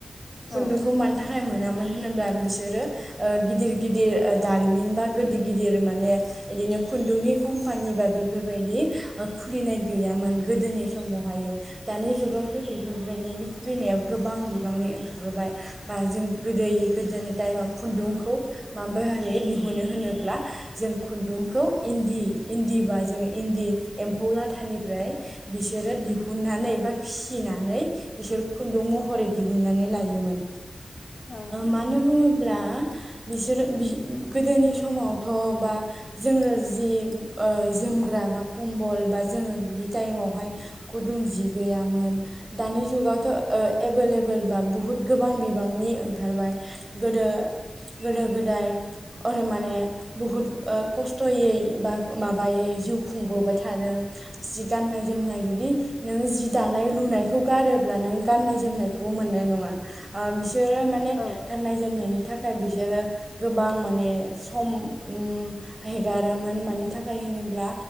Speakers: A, on the right; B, on the left.
A: खुन्दुंखौ
B: औ
A: मानि थाखाय मोनामोन होनोब्ला? बिसोरो ओ गिदिर गिदिर दारिमिन बा, गिदिर गिदिर माने बिदिनो खुन्दुंनि कम्पानि बा बेफोरबायदि खुलिनाय गैयामोन। गोदोनि समावहाय दानि जुगावथ' बेफोरबायदिनो खुलिनाया गोबां बिबांनि ओंखारबाय, बा जों गोदो गोदोनि टाइमाव खुन्दुंखौ माबारै <unintelligible> दिहुुन नो होनोब्ला जों खुन्दुंखौ इन्दि इन्दि बा जों इन्दि एम्फौ लाथानिफ्राय बिसोरो दिहुननानै बा फिनानै बिसोर खुन्दुं महरै दिहुनन्नानै लायोमोन।
B: औ नंगौ
A: मानो
B: नोंथां।
A: बुङोब्ला? बिसोरो बि गोदोनि समावथ बा जोङो जि ओ जोमग्रा बा कम्बल बा जोङो बि टाइमाव वहाय गुदुं जि गैयामोन दानि जुगावथ ओ एभोलएबोेल बा बुहुत गोबां बिबांनि ओंखारबाय गोदो गोदो गोदाय माने बुहुद ओ खस्थयै बा माबायै जिउ खुंबोबाय थादों जि गाननाय जोमनाय जुदि नोंङो जि दानाय लुनायखौ गारोब्ला नों गानाय जोमनायखौबो मोननाय नंङा सोरो माने
B: औ
A: गाननाय जोमनायनि थाख थाखाय बिसोरो गोबां माने सम उम हेगारोमोन मानि थाखाय होनोब्ला